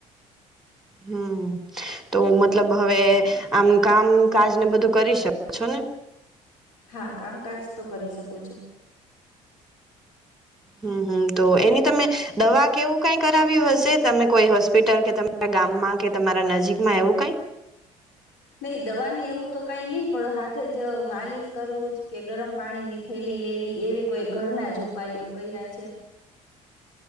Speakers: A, in the centre; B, on the left.
A: હમ્મ, તો મતલબ હવે આમ કામકાજને બધું કરી શકો છો ને?
B: હા, કામકાજ તો કરી શકું છું.
A: હમ્મ, હમ્મ, તો એની તમે દવા કે એવું કાય કરાવ્યું હશે તમે કોઈ હોસ્પિટલ કે તમારા ગામમાં કે તમારા નજીકમાં એવું કાંઈ?
B: નય, દવા ને એવું તો કાઈ નય પણ હાથે જ માલિશ કરવું જ કે ગરમ પાણીની થેલી લેવી એવી કોઈ ઘરના જ ઉપાયો કયરા છે.